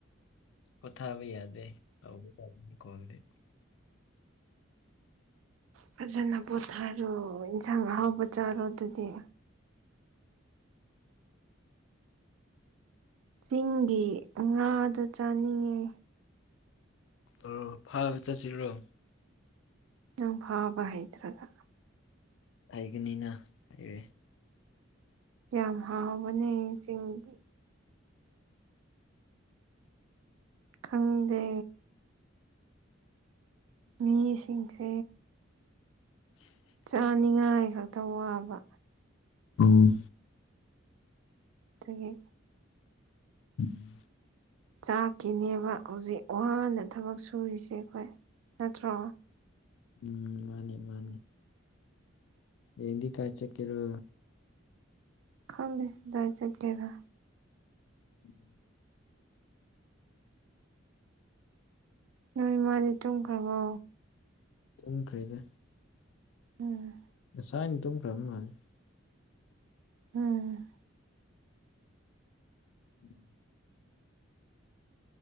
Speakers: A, on the left; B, on the right.
A: ꯄꯣꯊꯥꯕ ꯌꯥꯗꯦ ꯇꯧꯒꯗꯕꯅꯤ ꯀꯣꯜꯗꯤ
B: ꯐꯖꯅ ꯄꯣꯊꯥꯔꯣ ꯏꯟꯁꯥꯡ ꯑꯍꯥꯎꯕ ꯆꯥꯔꯣ ꯑꯗꯨꯗꯤ ꯆꯤꯡꯒꯤ ꯉꯥꯗꯣ ꯆꯥꯅꯤꯡꯉꯦ
A: ꯑꯣ ꯐꯥꯕ ꯆꯠꯁꯤꯔꯣ
B: ꯅꯪ ꯐꯥꯕ ꯍꯩꯇ꯭ꯔꯒ
A: ꯍꯩꯒꯅꯤꯅ ꯍꯩꯔꯦ
B: ꯌꯥꯝ ꯍꯥꯎꯕꯅꯦ ꯆꯤꯡꯒꯤ ꯈꯪꯗꯦ ꯃꯤꯁꯤꯡꯁꯦ
A: <inaudible>
B: ꯆꯥꯅꯤꯡꯉꯥꯏꯈꯛꯇ ꯋꯥꯕ
A: ꯎꯝ
B: ꯑꯗꯨꯒꯤ
A: ꯎꯝ
B: ꯆꯥꯛꯀꯤꯅꯦꯕ ꯍꯧꯖꯤꯛ ꯋꯥꯅ ꯊꯕꯛ ꯁꯨꯔꯤꯁꯦ ꯑꯩꯈꯣꯏ ꯅꯠꯇ꯭ꯔꯣ
A: ꯎꯝ ꯃꯥꯅꯦ ꯃꯥꯅꯦ ꯍꯌꯦꯡꯗꯤ ꯀꯥꯏ ꯆꯠꯀꯦꯔꯣ
B: ꯈꯪꯗꯦ ꯀꯥꯏꯗ ꯆꯠꯀꯦꯔ
A: ꯎꯝ
B: ꯅꯣꯏ ꯃꯥꯗꯤ ꯇꯨꯝꯈ꯭ꯔꯕꯣ
A: ꯇꯨꯝꯈ꯭ꯔꯦꯗ
B: ꯎꯝ
A: ꯉꯁꯥꯏꯅ ꯇꯨꯝꯈ꯭ꯔꯕ ꯃꯥꯜꯂꯤ
B: ꯎꯝ
A: <unintelligible>